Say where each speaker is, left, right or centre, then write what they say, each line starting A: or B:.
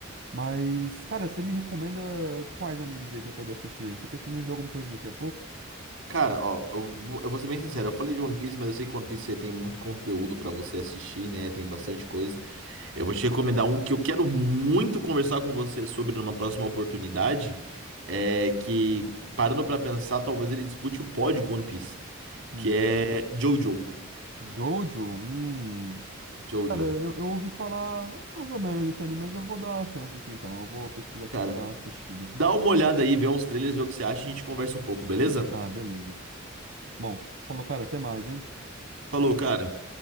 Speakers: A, on the right; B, on the right.
A: Mas, cara, você me recomenda quais animes aí pra eu poder assistir? Tô pensando em ver alguma coisa daqui a pouco.
B: Cara, ó, eu vou, eu vou ser bem sincero, eu falei de One Piece, mas eu sei que One Piece tem muito conteúdo pra você assistir, né? Tem bastante coisa. Eu vou te recomendar um que eu quero muito conversar com você sobre numa próxima oportunidade, é que, parando pra pensar, talvez ele dispute o pódio com One Piece,
A: Hum.
B: que é Jojo.
A: Jojo? Hum.
B: Jojo.
A: Cara, eu, eu ouvi falar mais ou menos desse anime, mas eu vou dar a chance aqui então. Eu vou pesquisar aqui
B: Cara,
A: pra dar uma assistida.
B: dá uma olhada aí, vê uns trailers, vê o que você acha e a gente conversa um pouco, beleza?
A: Ah, beleza. Bom, falou, cara, até mais, hein?
B: Falou, cara.